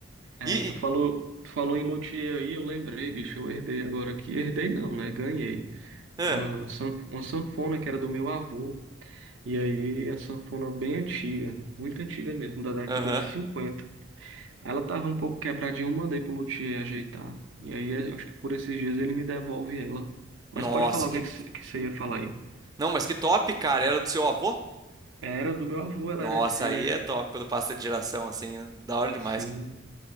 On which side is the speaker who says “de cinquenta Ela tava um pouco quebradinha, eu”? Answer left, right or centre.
Right